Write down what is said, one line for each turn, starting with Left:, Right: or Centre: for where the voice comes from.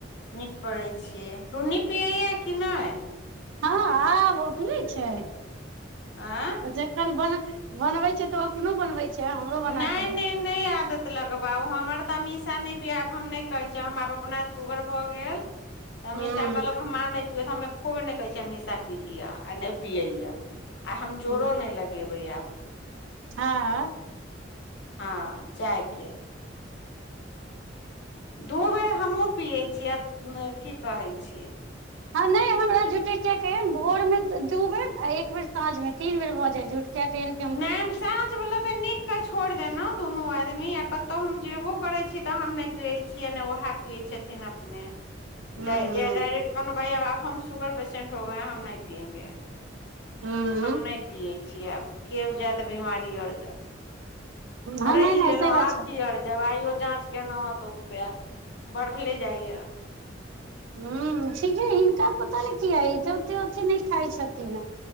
Left: नीक करै छियै टुन्नी पियैए कि नहि
Right: हँ आब ओपीयै छाय
Left: आँ
Right: जखन बन बनबै छै तऽ ओ अपनो बनबै छै हमरो
Left: नहि
Right: बना क दै
Left: नहि
Right: छैय
Left: नहि आदत लगबाउ हमर तऽ अमीषा नै पिया हम नै कहे छीय हम आब अपना सुगर भऽ गेल अमिशा
Right: हूँ
Left: कहलक मा नै पिअ एको बेर नै कहै अमिशा पी लिअ आ नै ओ पियैया आ हम
Right: हूँ
Left: जोरो नै लगेबै आब
Right: हँ <unintelligible>
Left: हँ चायके दू बेर हमहुँ पियै छियै आ की कहैत छि
Right: ह नै हमरा जुटे किया कहियन भोर मे दू बेर एक बेर साँझ मे तीन बेर भऽ जाय झूठ किया कहियैन
Left: मैम साँझ बला तऽ नीक छोड़ देनौ दुनू आदमी या कतौ हम जेबो करै छी त हम नै पिये छी य ने उहा पिये छथिन <unintelligible>
Right: हूं
Left: कहलहु भाइ आब हम शुगर पेशेन्ट हो गए हम नहि पिएंगे
Right: हूं हूं
Left: हम नै पियै छीय आब केओ जायत बिमारी ओर ज
Right: हँ
Left: अढ़इ
Right: नहि
Left: जिल
Right: नहि
Left: ले
Right: सही
Left: न
Right: बात
Left: आब
Right: छै
Left: की अ <unintelligible> दवाइयो जाँच केलहुँ हँ तऽ ओतबे बढ़ले जाइया
Right: हू ठीके हिनकर पता नै किया ह ओते अथि नै खाय छथिन